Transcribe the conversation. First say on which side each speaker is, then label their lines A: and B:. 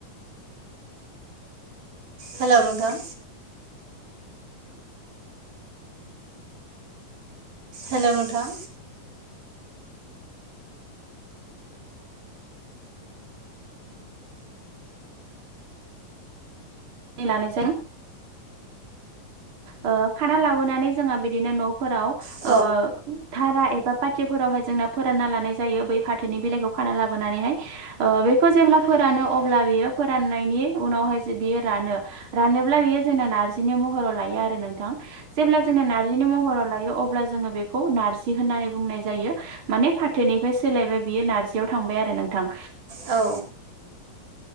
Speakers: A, on the right; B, on the right.
A: हेल' नोंथां हेल' नोंथां
B: सि लानायजों ओ खाना लाबोनानै जोंहा बिदिनो न'फोराव
A: औ
B: ओ धारा एबा पाटिफोरावहाय जोंना फोरानना लानाय जायो बै फाथोनि बिलाइखौ खाना लाबोनानैहाय ओ बेखौ जेब्ला फोरानो अब्ला बियो फोराननायनि उनावहाय जे बियो रानो रानोब्ला बियो जोंना नारजिनि महराव ला यो नोंथां जेब्ला जों नारजिनि महराव लायो अब्ला जोंङो बेखौ नारजि होननानै बुंनाय जायो माने फाथोनिफ्राय सोलायबाय बियो नारजियाव थांबाय आरो नोंथां
A: औ